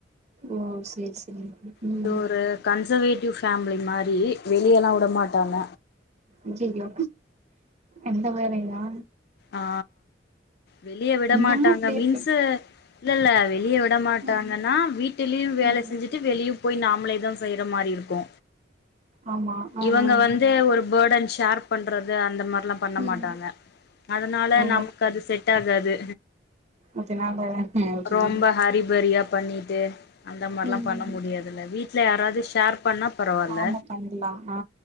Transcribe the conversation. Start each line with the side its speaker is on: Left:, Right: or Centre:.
Right: ஓ சேரி சேரிங் ம்
Left: இது ஒரு கன்சர்வேட்டிவ் ஃபேமிலி மாரி வெளியெல்லா விட மாட்டாங்க
Right: அய்யய்யோ அந்த மாரிங்ளா
Left: ஆ வெளிய விட
Right: இன்னமு
Left: மாட்டாங்க
Right: அப்டி
Left: மீன்ஸு
Right: இருக்கு
Left: இல்ல இல்ல வெளிய விட மாட்டாங்கன்னா
Right: ம்
Left: வீட்டுலயு வேலை
Right: ம்
Left: செஞ்சு ட்டு வெளிய போய் நாமளேதா செய்ற மாரி இருக்கு
Right: ஆமா ஆ
Left: இவங்க
Right: ஆ
Left: வந்து ஒரு பேர்டன் ஷேர் பண்றது அந்த மாரிலா பண்ண
Right: ம்
Left: மாட்டாங்க அதுனால
Right: ஓ
Left: நமக்கு அது செட் ஆகாது
Right: அதனால விட்டுட்டீங்க
Left: ரொம்ப ஹாரிபரியா பண்ணிட்டு அந்த மாரிலா
Right: ம்
Left: பண்ண முடியாதுல்ல வீட்ல யாராவது ஷேர் பண்ணா பரவாயில்ல
Right: ஆமா பண்லா ஆ